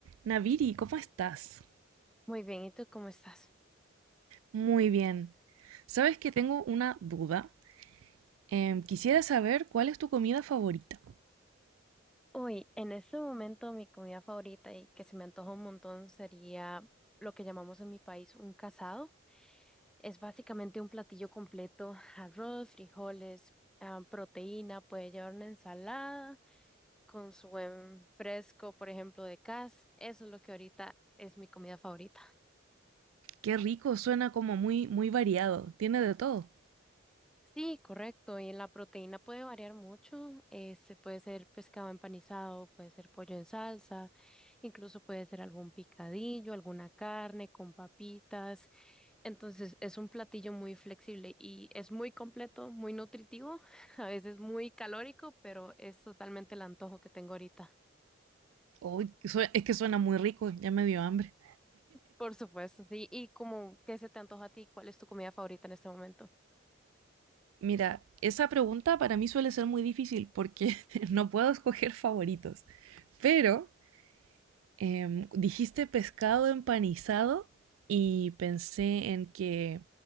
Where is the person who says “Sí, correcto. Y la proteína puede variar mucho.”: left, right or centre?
Centre